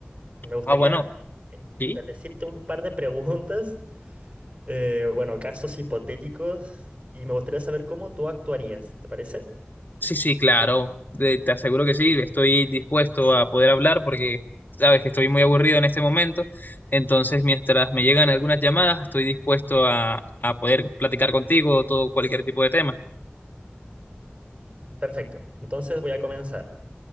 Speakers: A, on the right (about 40°); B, on the left (about 50°).
A: Me gustaría,
B: Ah, bueno,
A: eh, mira,
B: sí.
A: decirte un par de preguntas, <laughs> eh, bueno, casos hipotéticos, y me gustaría saber cómo tú actuarías, ¿te parece?
B: Sí, sí, claro. De- te aseguro que sí. Estoy dispuesto a poder hablar porque sabes que estoy muy aburrido en este momento. Entonces, mientras me llegan algunas llamadas, estoy dispuesto a, a poder platicar contigo todo cualquier tipo de tema.
A: Perfecto, entonces voy a comenzar.